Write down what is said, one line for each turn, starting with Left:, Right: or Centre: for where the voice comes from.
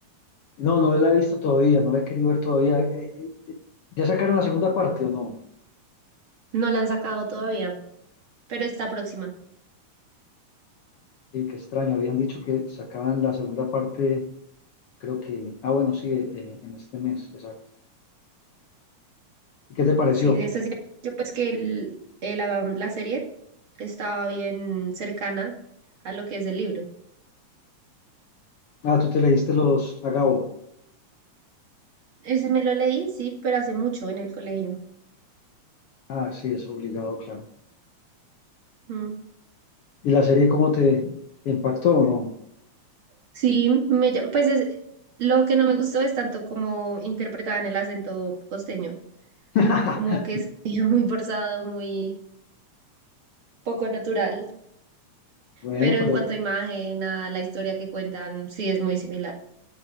Left: No, no la he visto todavía, no la he querido ver todavía. Eh, eh, eh, ¿ya sacaron la segunda parte o no?
Right: No la han sacado todavía, pero está próxima.
Left: Sí, qué extraño. Habían dicho que sacaban la segunda parte, creo que. Ah, bueno, sí, eh, eh, en este mes, exacto. ¿Y qué te pareció?
Right: Sí, de esa sí- yo pues que el- eh, la, la serie estaba bien cercana a lo que es el libro.
Left: Ah, tú te leíste los Agao.
Right: Ese me lo leí, sí, pero hace mucho en el colegio.
Left: Ah, sí, es obligado, claro.
Right: Mm.
Left: ¿Y la serie cómo te, te impactó o no?
Right: Sí, me, llam- pues es- lo que no me gustó es tanto como interpretaban el acento costeño.
Left: <laughs>
Right: como que se <laughs> veía muy forzado, muy poco natural,
Left: Bueno,
Right: pero
Left: pero
Right: en cuanto a imagen, a la historia que cuentan, sí es muy similar.